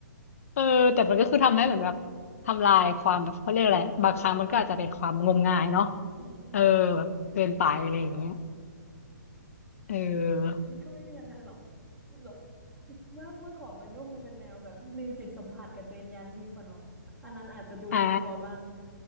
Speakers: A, on the left; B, in the centre.
A: เออแต่มันก็คือทำให้เหมือนแบบทำลายความแบบเขาเรียกอะไรบางครั้งมันก็อาจจะเป็นความงมงายเนาะ
B: อืมอืมอืมแต่มันก็ไม่มีอะไรหรอก
A: เออแบบเกินไปอะไรอย่างเงี้ยเออ
B: มันก็ไม่มีอะไรหรอกแบบว่าเมื่อก่อนมันก็คงเป็นแนวแบบริวจิตสัมผัสกับเจนยานทิพย์อะเนาะอันนั้นอาจจะดูน่ากลัวบ้าง
A: อ่ะ